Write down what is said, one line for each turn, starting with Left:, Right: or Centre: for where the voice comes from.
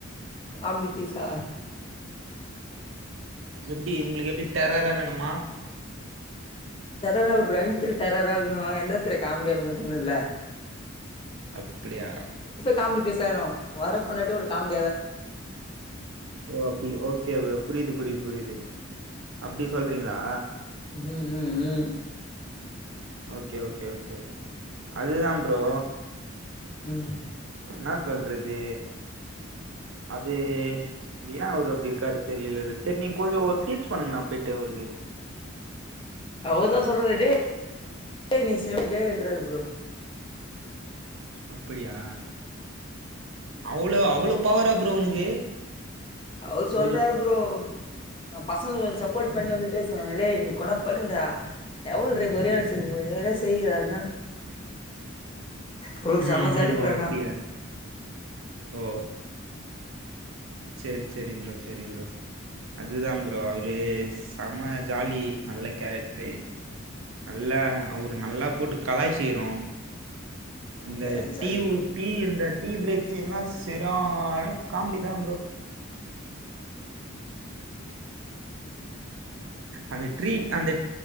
Left: காம்டி ஃபீஸா
Right: எப்டி உங்களுக்கு எப்டி டெரரா வேணுமா
Left: டெரரால <unintelligible> டெரரா எந்த எட்த்துல காமெடியா இருக்கனு தெர்னுன்ல
Right: அப்படியா
Left: காமெடி ஃபீசாயிடு வர பொண்டாட்டி ஒனக் காமெடி
Right: ஓ அப்டி ஓகே ப்ரோ புரியுது புரியுது புரியுது அப்டி சொல்றீங்ளா
Left: ம் ம் ம்
Right: ஓகே ஓகே ஓகே அதுதா ப்ரோ
Left: உம்
Right: என்னா சொல்றத் து அது ஏ அவரு அப்டி இருக்காரு தெரியல இல்ல சரி நீங்க கொஞ்சொ ஒரு டீச் பண்ணுங்கள போய்ட்டு அவருக்கு
Left: அவர்தா சொல்றாரு டே <inaudible> நீ சேமிட்டே என்றாரு ப்ரோ
Right: அப்படியா அவ்வளோ அவ்வளோ பவரா ப்ரோ உனக்கு
Left: அவுரு சொல்றாரு
Right: ஒரு
Left: ப்ரோ நா பசங்க கொஞ்சோ சப்போட் பண்ணி வந்து பேசுவே இல்லே நீ கொணப்படுங்கடா எவ்ள் ரே ஒரே வேல செய்ய முடிய <unintelligible> செய்யிறாருன்னா ப்ரோ
Right: ம்
Left: ஷெம ஜாலி
Right: ம் ஓ
Left: ப்ரோ ஆனா
Right: அப்டியா ஓ செரி செரி ப்ரோ சரி ப்ரோ அதுதா ப்ரோ அவுரு செம ஜாலி நல்ல கேரக்ட்ரு நல்லா அவுரு நல்லா போட்டு கலாய்ச்சிகிறோ இந்த
Left: செம
Right: டீயூ
Left: ஜாலி ப்ரோ
Right: டீ இந்த டீ பிரேக் சீன் ல்லா செர்ரான காமெடி தா ப்ரோ அந்த டீரீ அந்த